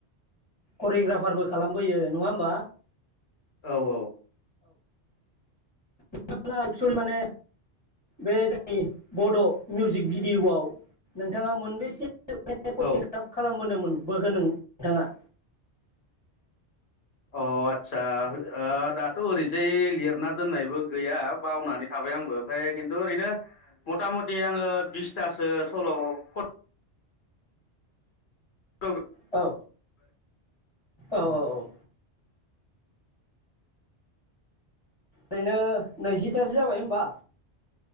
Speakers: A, on the left (about 20°); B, on the left (about 65°).
A: करियग्राफारबो खालामबोयो नंङा होमबा
B: औ औ
A: नोंथांङा एक्सुेले माने बे जोंनि बड'मिउजिक भिडियआव नोंथांङा मोनबेसे <unintelligible>
B: औ औ
A: खालामबोनोमोन बोगोखो नों। नोंथांङा
B: अ आतसा दाथ' ओरैजाय लिरना दोननायबो गैया बावनानै थाबाय आंबो ओमफ्राय खिन्थु ओरैनो मथा मथि आंङो बिसथासो सल' खन <unintelligible>
A: औ औ औ औ ओरैनो नैजिथासो जाबाय होमबा।